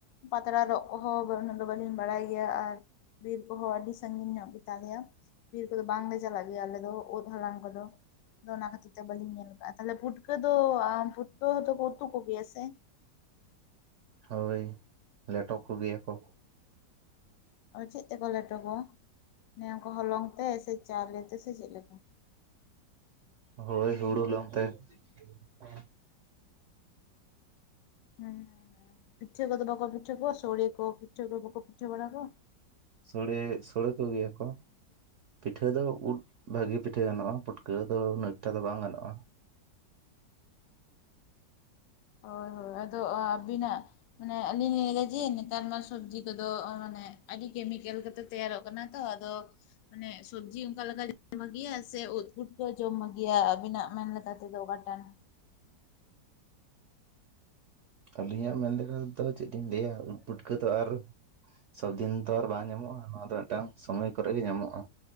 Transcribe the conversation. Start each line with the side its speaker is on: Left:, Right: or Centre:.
Left: ᱯᱟᱛᱲᱟ ᱨᱚᱜ ᱠᱚᱦᱚᱸ <unintelligible> ᱩᱱᱟᱹᱜ ᱫᱚ ᱵᱟᱹᱞᱤᱧ ᱵᱟᱲᱟᱭ ᱜᱮᱭᱟ ᱟᱨ ᱵᱤᱨ ᱠᱚᱦᱚᱸ ᱟᱹᱰᱤ ᱥᱟᱺᱜᱤᱧ ᱧᱚᱜ ᱜᱮᱛᱟᱞᱮᱭᱟ ᱵᱤᱨ ᱠᱚᱫᱚ ᱵᱟᱝᱞᱮ ᱪᱟᱞᱟᱜ ᱜᱮᱭᱟ ᱟᱞᱮ ᱫᱚ ᱩᱫ ᱦᱟᱞᱟᱝ ᱦᱮᱞᱳ ᱟᱫᱚ ᱚᱱᱟ ᱠᱷᱟᱹᱛᱤᱨ ᱛᱮ ᱵᱟᱹᱞᱤᱧ ᱧᱮᱞ ᱠᱟᱜᱼᱟ ᱛᱟᱦᱚᱞᱮ ᱯᱩᱴᱠᱟᱹ ᱫᱚ <unintelligible> ᱯᱩᱴᱠᱟᱹ ᱦᱚᱸᱛᱚᱠᱚ ᱩᱛᱩ ᱠᱚ ᱜᱮᱭᱟ ᱥᱮ
Right: ᱦᱳᱭ <inaudible> ᱞᱮᱴᱚ ᱠᱚ ᱜᱮᱭᱟ ᱠᱚ
Left: ᱟᱨ ᱪᱮᱫ ᱛᱮᱠᱚ ᱞᱮᱴᱚ ᱠᱚᱣᱟ <unintelligible> ᱚᱱᱠᱟ ᱦᱚᱞᱚᱝ ᱛᱮ ᱥᱮ ᱪᱟᱣᱞᱮ ᱛᱮ ᱥᱮ ᱪᱮᱫ ᱞᱮᱠᱟ
Right: ᱦᱳᱭ ᱦᱩᱲᱩ ᱦᱚᱞᱚᱝ ᱛᱮ <unintelligible>
Left: ᱦᱮᱸ <inaudible> ᱯᱤᱴᱷᱟᱹ ᱠᱚᱫᱚ ᱵᱟᱠᱚ ᱯᱤᱴᱷᱟᱹ ᱠᱚᱣᱟ ᱥᱳᱲᱮ ᱠᱚ ᱯᱤᱴᱷᱟᱹ ᱠᱚ ᱵᱟᱠᱚ ᱯᱤᱴᱷᱟᱹ ᱵᱟᱲᱟ ᱠᱚᱣᱟ
Right: ᱥᱚᱲᱮ ᱥᱩᱲᱟᱹ ᱠᱚ ᱜᱮᱭᱟ ᱠᱚ ᱯᱤᱴᱷᱟᱹ ᱫᱚ ᱩᱫ ᱵᱷᱟᱹᱜᱤ ᱯᱤᱴᱷᱟᱹ ᱜᱟᱱᱚᱜᱼᱟ ᱯᱩᱴᱠᱟᱹ ᱫᱚ ᱩᱱᱟᱹᱜ ᱮᱠᱴᱟ ᱫᱚ ᱵᱟᱝ ᱜᱟᱱᱚᱜᱼᱟ
Left: ᱦᱳᱭ ᱦᱳᱭ ᱟᱫᱚ ᱟᱹᱵᱤᱱᱟᱜ ᱢᱟᱱᱮ ᱟᱹᱞᱤᱧ ᱞᱤᱧ ᱞᱟᱹᱭ ᱮᱫᱟ ᱡᱮ ᱱᱮᱛᱟᱨ ᱢᱟ ᱥᱚᱵᱽᱡᱤ ᱠᱚᱫᱚ <unintelligible> ᱢᱟᱱᱮ ᱟᱹᱰᱤ ᱠᱮᱢᱤᱠᱮᱞ ᱠᱟᱛᱮ ᱛᱮᱭᱟᱨᱚᱜ ᱠᱟᱱᱟ ᱛᱚ ᱟᱫᱚ ᱢᱟᱱᱮ ᱥᱚᱵᱽᱡᱤ ᱚᱱᱠᱟ ᱞᱮᱠᱟ <unintelligible> ᱵᱷᱟᱹᱜᱤᱭᱟ ᱥᱮ ᱩᱫ ᱯᱩᱴᱠᱟᱹ ᱡᱚᱢ ᱵᱷᱟᱹᱜᱤᱭᱟ ᱟᱹᱵᱤᱱᱟᱜ ᱢᱮᱱ ᱞᱮᱠᱟ ᱩᱫ ᱫᱚ ᱚᱠᱟᱴᱟᱝ
Right: ᱟᱹᱞᱤᱧᱟᱜ ᱢᱮᱱ ᱞᱮᱠᱟ ᱛᱮᱫᱚ ᱪᱮᱫ ᱞᱤᱧ ᱞᱟᱹᱭᱟ ᱩᱫ ᱯᱩᱴᱠᱟᱹ ᱛᱚ ᱟᱨ ᱥᱚᱵ ᱫᱤᱱ ᱛᱚ ᱟᱨ ᱵᱟᱝ ᱧᱟᱢᱚᱜᱼᱟ ᱱᱚᱣᱟ ᱫᱚ ᱢᱤᱫᱴᱟᱝ ᱥᱚᱢᱚᱭ ᱠᱚᱨᱮ ᱜᱮ ᱧᱟᱢᱚᱜᱼᱟ